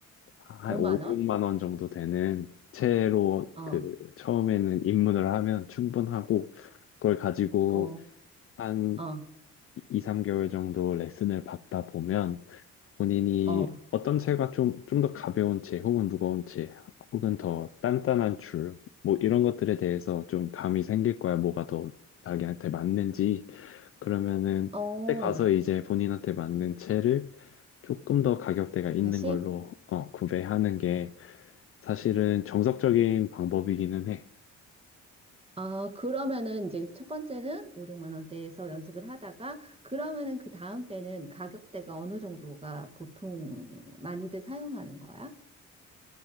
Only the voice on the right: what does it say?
5만
원?
어,
어,
어,
어,
어,
다시?
아, 그러면은 이제 첫 번째는 5, 6만 원대에서 연습을 하다가 그러면은 그 다음 때는 가격대가 어느 정도가 보통 많이들 사용하는 거야?